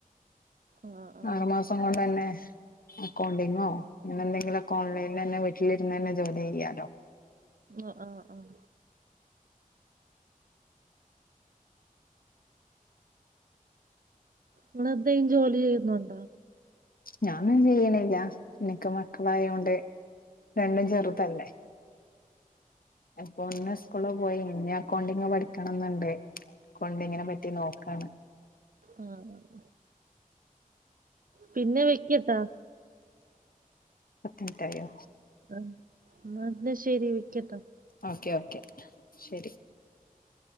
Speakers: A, on the right; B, on the left.
A: ആഹ് ആഹ്
B: ആറു മാസം കൊണ്ട് തന്നെ അക്കൗണ്ടിങ്ങോ പിന്നെ എന്തെങ്കിലുമൊക്കെ ഓൺലൈനിൽ തന്നെ വീട്ടിലിരുന്ന് തന്നെ ജോലി ചെയ്യാലോ
A: ആഹ് ആഹ് ഇങ്ങള് എന്തേം ജോലി ചെയ്യുന്നുണ്ടോ
B: ഞാനൊന്നും ചെയ്യണില്ല എനക്ക് മക്കളായോണ്ട് രണ്ടും ചെറുതല്ലേ ഇപ്പൊ ഒന്ന് സ്കൂള് പോയി ഇഞ്ഞി അക്കൗണ്ടിങ് പഠിക്കണംന്നുണ്ട് അക്കൗണ്ടിങ്ങിനെ പറ്റി നോക്കാണ്
A: ഉം ഉം പിന്നെ വെക്കട്ടാ
B: പത്തിൻറ്റായോ
A: ഉം ഇന്നാ പിന്നെ ശരി വെക്കട്ടെ
B: ഓക്കെ ഓക്കെ ശരി